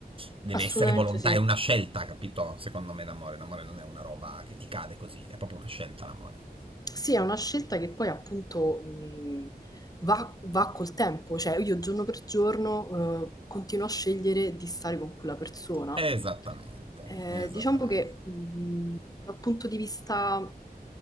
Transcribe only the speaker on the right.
deve
essere volontà,
è una scelta, capito? Secondo me l'amore, l'amore non è una roba che ti cade così, è proprio una scelta l'amore.
Esattamente,
esattamente.